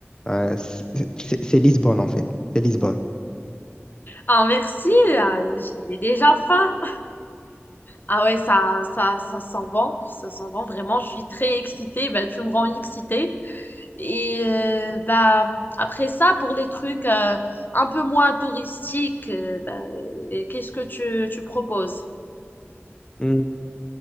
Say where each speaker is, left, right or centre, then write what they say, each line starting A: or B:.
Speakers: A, on the left; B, on the left.
A: Euh, c'est c'est- c'est Lisbonne, en fait. C'est Lisbonne.
B: Ah merci, ah, j'ai déjà faim. Ah ouais, ça, ça, ça sent bon, ça sent bon, vraiment, je suis très excitée. Bah, tu me rends excitée. Et euh, bah, après ça, pour les trucs euh, un peu moins touristiques, euh, bah, euh, qu'est-ce que tu, tu proposes?
A: Hmm,